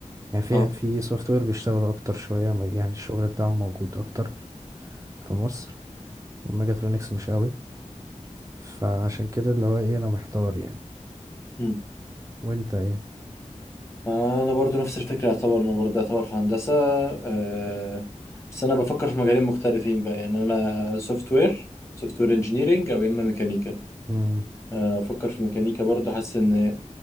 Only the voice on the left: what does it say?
اه
مم.
انا برضو نفس الفكره يعتبر انا برضو يعتبر في هندسه آه، بس انا بفكر في مجالين مختلفين بقى يعني انا سوفت وير سوفت وير انجينيرنج او يا اما ميكانيكا
آه، افكر في ميكانيكا برضو حاسس ان